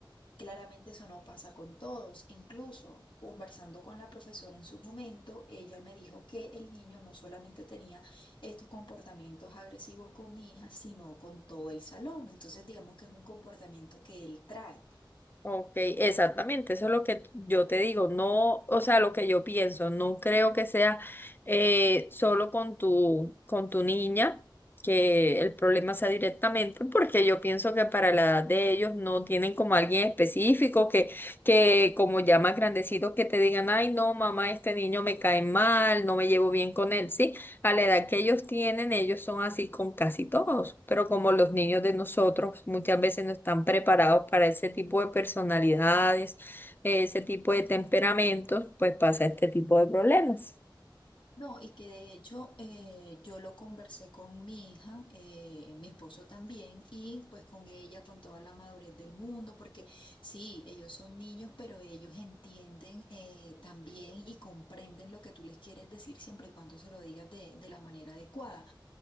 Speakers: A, on the left; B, on the left.
A: Claramente eso no pasa con todos. Incluso conversando con la profesora en su momento, ella me dijo que el niño no solamente tenía estos comportamientos agresivos con mi hija, sino con todo el salón. Entonces digamos que es un comportamiento que él trae.
B: Ok, exactamente, eso es lo que yo te digo, no, o sea, lo que yo pienso, no creo que sea eh, solo con tu, con tu niña, que el problema sea directamente, porque yo pienso que para la edad de ellos no tienen como alguien específico que, que como ya más grandecitos que te digan, ay, no, mamá, este niño me cae mal, no me llevo bien con él, ¿sí? A la edad que ellos tienen, ellos son así con casi todos, pero como los niños de nosotros muchas veces no están preparados para ese tipo de personalidades, ese tipo de temperamentos, pues pasa este tipo de problemas.
A: No, y que de hecho eh, yo lo conversé con mi hija, eh, mi esposo también, y pues con ella, con toda la madurez del mundo, porque sí, ellos son niños, pero ellos entienden eh, también y comprenden lo que tú les quieres decir siempre y cuando se lo digas de, de la manera adecuada.